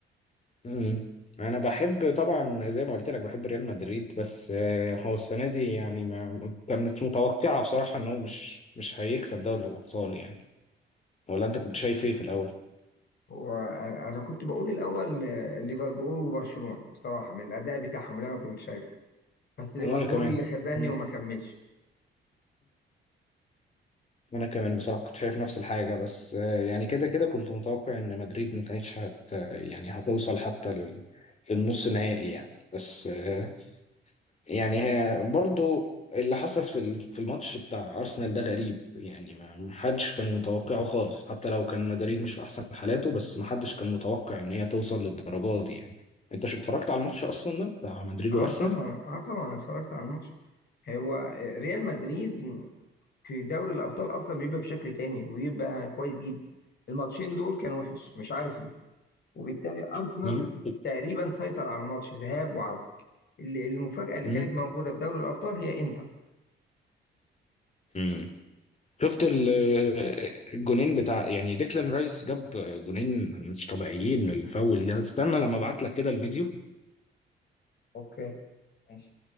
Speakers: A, on the left (about 35°); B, on the left (about 55°).
A: امم انا بحب طبعا زي ما قلت لك بحب ريال مدريد بس آه، هو السنه دي يعني ما كانت متوقعه بصراحه ان هو مش مش هيكسب دوري الابطال يعني ولا انت كنت شايف ايه في الاول
B: هو انا كنت بقول الاول آه، ليفربول وبرشلونه بصراحه من الاداء بتاعهم اللي انا كنت شايفه بس ليفربول
A: وانا كمان
B: اللي خزاني
A: مم.
B: وما كملش
A: وانا كمان بصراحة كنت شايف نفس الحاجة بس آه، يعني كده كده كنت متوقع ان مدريد ما كانتش هت يعني هتوصل حتى لل- للنص نهائي يعني بس آه، يعني هي برضو اللي حصل في ال- في الماتش بتاع ارسنال ده غريب يعني ما ما حدش كان متوقعه خالص حتى لو كان مدريد مش في احسن حالاته بس ما حدش كان متوقع ان هي توصل للدرجة دي يعني انت شو اتفرجت على الماتش اصلا ده بتاع مدريد
B: اه
A: وارسنال
B: طبعا اه طبعا أنا اتفرجت على الماتش هو آه، ريال مدريد في دوري الابطال اصلا بيبقى بشكل تاني ويبقى كويس جدا الماتشين دول كان وحش مش عارف ليه وبالتالي ارسنال
A: مم.
B: تقريبا سيطر على الماتش ذهاب وعوده اللي- المفاجاه اللي
A: مم.
B: كانت موجوده في دوري الابطال هي انتر
A: مم. شفت ال- الجونين بتاع يعني ديكلان رايس جاب جونين مش طبيعيين الفاول ده استنى لما ابعت لك كده الفيديو
B: اوكي ماشي